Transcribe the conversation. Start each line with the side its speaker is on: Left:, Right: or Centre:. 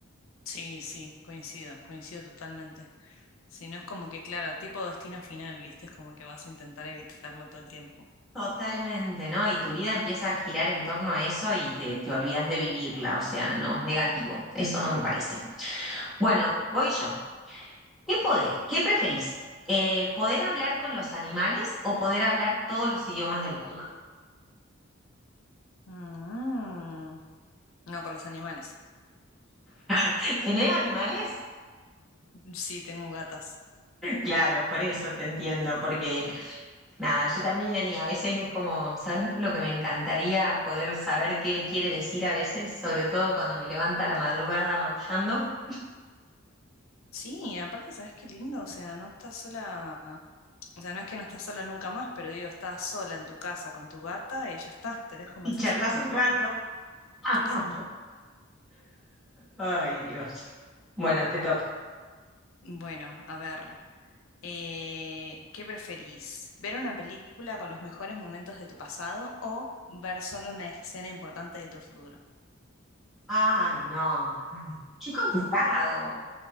Left: Sí, sí, coincido, coincido totalmente. Si no es como que, claro, tipo destino final, ¿viste? Es como que vas a intentar evitarlo todo el tiempo.
Centre: Totalmente, ¿no? Y tu vida empieza a girar en torno a eso y te, te olvidas de vivirla, o sea, no, negativo, eso no me parece. Bueno, voy yo. ¿Qué poder? ¿Qué preferís? Eh, ¿poder hablar con los animales o poder hablar todos los idiomas del mundo?
Left: Mm, No, con los animales.
Centre: <laughs> ¿Tenés animales?
Left: Sí, tengo gatas.
Centre: Claro, por eso te entiendo, porque nada, yo también y a veces es como, ¿sabes lo que me encantaría poder saber qué quiere decir a veces? Sobre todo cuando me levanta a la madrugada maullando
Left: Sí, aparte, ¿sabes qué lindo? O sea, no estás sola, o sea, no es que no estás sola nunca más, pero digo, estás sola en tu casa con tu gata y ya está, tenés conversaciones
Centre: y charlas
Left: con
Centre: un
Left: tu
Centre: rato.
Left: gata.
Centre: <laughs>
Left: Estupendo.
Centre: Ay, Dios. Bueno, te toca.
Left: Bueno, a ver, eh, ¿qué preferís? ¿Ver una película con los mejores momentos de tu pasado o ver solo una escena importante de tu futuro?
Centre: Ay, no. Qué complicado.